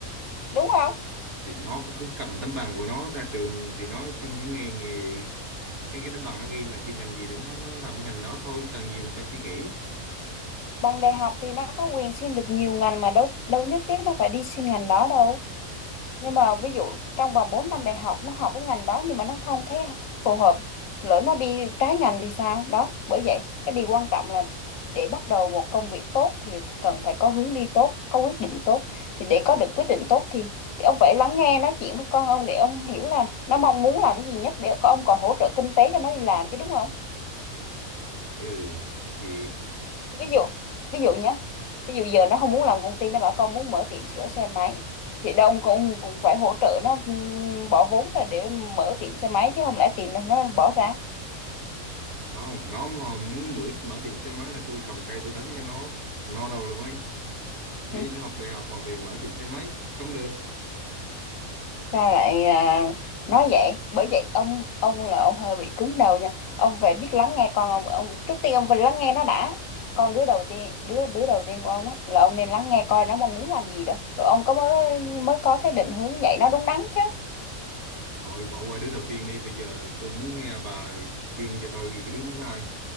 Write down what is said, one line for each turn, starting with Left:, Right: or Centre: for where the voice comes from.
Left: đúng
Right: ờ,
Left: không?
Right: ờ, thì nó cứ cứ cầm tấm bằng của nó ra trường thì nó xin cái nghề nghề cái cái tấm bằng nó ghi là chuyên ngành gì thì nó nó làm cái ngành đó thôi cần gì là phải suy nghĩ
Left: Bằng đại học thì nó có quyền xin được nhiều ngành mà đâu đâu nhất thiết nó phải đi xin ngành đó đâu. nhưng mà ví dụ trong vòng 4 năm đại học nó học cái ngành đó nhưng mà nó không thấy phù hợp lỡ nó đi trái ngành thì sao đó bởi vậy cái điều quan trọng là để bắt đầu một công việc tốt thì cần phải có hướng đi tốt có quyết định tốt thì để có được quyết định tốt thì thì ông phải lắng nghe nói chuyện với con ông để ông hiểu là nó mong muốn làm cái gì nhất để con ông còn hỗ trợ kinh tế cho nó đi làm chứ đúng không
Right: ừ thì
Left: ví dụ ví dụ nhé ví dụ giờ nó không muốn làm công ty nó bảo con muốn mở tiệm sửa xe máy thì đông cũng cũng phải hỗ trợ nó ừm, bỏ vốn ra để mở tiệm xe máy chứ không lẽ tiền nó nó bỏ ra
Right: không nó mà muốn mở mở tiệm xe máy là tôi cầm cây tôi đánh cho nó no đầu luôn ấy đi
Left: Ừ.
Right: học đại học mà về mở tiệm xe máy không được
Left: sao lại à, nói vậy bởi vậy ông ông là ông hơi bị cứng đầu nha ông phải biết lắng nghe con ông ông trước tiên ông phải lắng nghe nó đã con đứa đầu tiên đứa đứa đầu tiên của ông á, là ông nên lắng nghe coi nó mong muốn làm gì đó rồi ông có mới mới có cái định hướng dạy nó đúng đắn chứ
Right: thôi bỏ qua đứa đầu tiên đi bây giờ tôi muốn nghe bà khuyên cho tôi cái đứa thứ hai